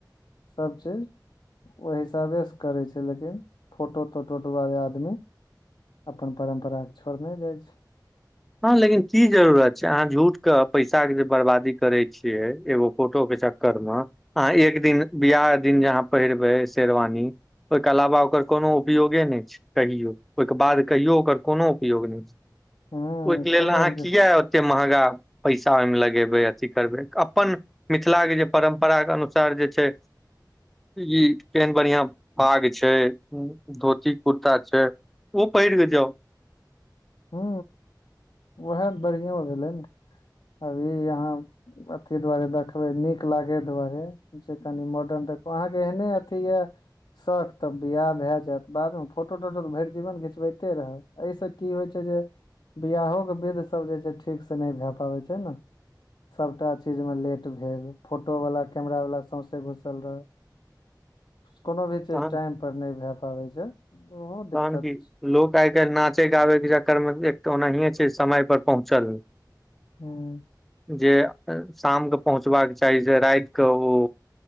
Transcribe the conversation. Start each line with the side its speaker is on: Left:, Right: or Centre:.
Left: सबचीज ओ हिसाबेसँ करै छै लेकिन फोटो तोटो दुआरे आदमी अपन परम्पराके छोड़ने जाइ छै
Centre: हँ लेकिन की जरूरत छै अहाँ झूठ के पैसा के जे बर्बादी करे छियै एगो फोटो के करमे अहाँ एक दिन बियाह दिन जे अहाँ पहिरबै शेरवानी ओहिके अलावा ओकर कोनो उपयोगे नहि छै कहियो ओहिके बाद कहियो ओकर कोनो उपयोग नहि छै
Left: हूँ
Centre: ओहिके लेल
Left: कोनो
Centre: अहाँ
Left: जे
Centre: किए ओते महंगा पैसा ओहिमे लगेबै अथी करबै अपन मिथिलाके जे परम्पराके अनुसार जे छै ई केहन बढ़िया पाग छै धोती कुर्ता छै उ पहिरिक जाउ
Left: ह उएह बढ़ियों भेलै ने अभी यहाँ अथी दुआरे देखबै नीक लागय दुआरे जे कनि मॉडर्न देखू अहाँके एहने अथी यए शौक तब बिआह भए जायत बादमे फोटो तोटो तऽ भरि जीवन घिचबैते रहऽ एहिसँ की होइ छै जे बियाहोके वेद सभ जे छै ठीकसँ नहि भए पाबै छै ने सबटा चीजमे लेट भेल फोटोवला कैमरावला सौँसे घुसल रहऽ कोनो भी चीज
Centre: तहन
Left: टाइम पर नहि भए पाबै छै ओहो
Centre: तहन
Left: दिक्कत
Centre: की लोक आइ काल्हि नाचे गाबै के चक्कर मे ओनाहिे छै समय पर पहुँचल
Left: हूँ
Centre: जे शामके पहुँचबाक चाही से राति क ओ